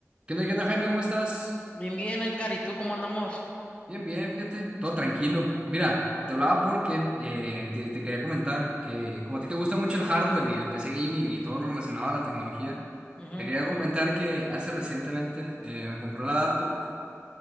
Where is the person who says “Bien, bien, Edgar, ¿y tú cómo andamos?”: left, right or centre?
Left